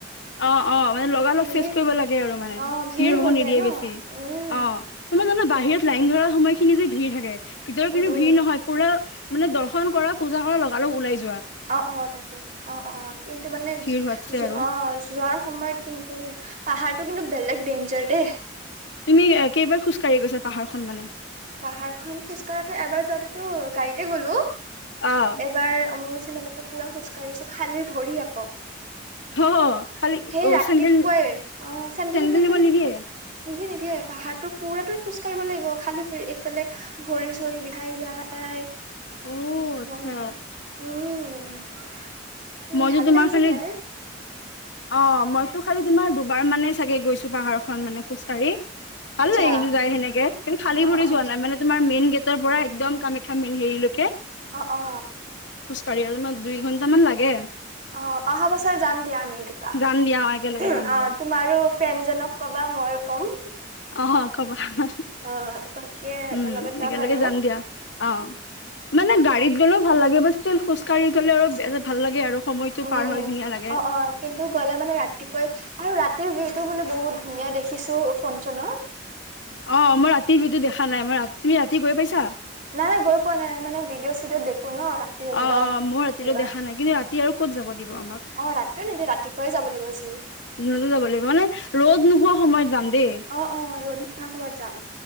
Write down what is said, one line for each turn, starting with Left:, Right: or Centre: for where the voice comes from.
Left: অ অ মানে লগালগ
Right: ভিৰ
Left: চেষ্ট কৰিব লাগে আৰু মানে
Right: অ
Left: ভিৰ হব
Right: হৈ
Left: নিদিয়ে
Right: যায় ন
Left: বেছি
Right: উম
Left: অ মই জানো বাহিৰত লাইন ধৰা সময়খিনি যে ভিৰ থাকে ভিতৰ
Right: উম
Left: কিন্তু
Right: উম
Left: ভিৰ নহয় পুৰা মানে দৰ্শন কৰা পুজা কৰা লগগ ওলাই যো
Right: অ অ তাকে অ অ অ কিন্তু মানে
Left: ভিৰ হোৱাতছে আৰু
Right: অ যোৱা সময়ত কিন্তু পাহাৰতটো কিন্তু বেলেগ ডেঞ্জাৰ দেই
Left: তুমি কেইবাৰ খোজকাঢ়ি গৈছ পাহাৰখন মানে
Right: পাহাৰ খন খোজ কঢ়াাতটো এবাৰ যোৱাতেতো গাড়ীতে গ'লো
Left: অ',
Right: এবাৰ মোৰ যিমানো পুৰা খোজ কঢ়িছো খালে ভৰি আকৌ
Left: হ খালি
Right: সেই
Left: অ',
Right: ৰাতিপুৱাই
Left: চেন্দেল
Right: অ চেডেল
Left: চেণ্ডেল
Right: তেেণ্ডেল
Left: নিব নিদিয়ে?
Right: নিদে নিদিয়ে পাহাৰটো পুৰাতো খোজ কঢ়িব লাগিব খালী ভৰি এইফালে ভৰি চৰি বিহাই যায় স
Left: অ'
Right: তোম
Left: আচ্ছা
Right: উম উম
Left: মইতো
Right: ভাল
Left: তোমাৰ
Right: লাগিছে
Left: খালি
Right: যাই
Left: অ মইতো খালি তোমাৰ এবাৰ মানে চাগে গৈছো পাহাৰ খন মানে খোজকাঢ়ি ভাল
Right: আচ্ছা
Left: লাগে কিন্তু যাই সেনেকে কিন্তু খালী
Right: অ
Left: ভৰি
Right: অ
Left: যোৱা নাই মানে তোমাৰ মেইন গেট ৰ পৰা একদম কামেখাম মেল হেৰিলৈকে
Right: অ অ
Left: কিমত দুই ঘণ্টামান লাগে
Right: অ অহা বছৰ যাম দিয়া আমি দুতা অ
Left: যাম দিয়া একেলগে যাম দিয়া
Right: তোমাৰো ফ্ৰেণ্ডজনক কবা মইো ক'ম
Left: আহ খবৰ ন
Right: অ তাকে সিহঁতৰ
Left: উম
Right: লগত
Left: একেলগে
Right: আৰু
Left: যাম দিয়া অ মানে গাড়ীত গলেও ভাল লাগে বস্তু এক খজ কঢ়ি গলে অলপ ভাল লাগে আৰু সময়টো
Right: উম
Left: পাৰ হয় ধুনীয়া লাগে।
Right: অ অ কিন্তু গলে মানে ৰাতিপুৱাই আৰু ৰা বিটো বোলে বহুত ধুনীয়া দেখিছো ফনচনত
Left: অ মই ৰাতি সো দেখা নাই মই ৰাতি তুমি ৰাতি গৈ পাইছা
Right: নাই নাই গ পোৱাাই মে ভিডিঅ চিডিঅ' দেখি শুন ৰাতি একদম
Left: অ অ মই ৰাতিটো
Right: কিবা
Left: দেখা নাই কিন্তু ৰাতি আৰু ক'ত যাব দিব আমাক
Right: অ ৰাতিয়ও নিদিয়ে ৰাতিপুৱাই যাব লাগিব সি
Left: যিনতে যাব লাগিব মানে ৰ'দ নোহোৱা সময়ত যাম দেই
Right: অ অ ৰ'দ নোহোৱা সময়ত যাম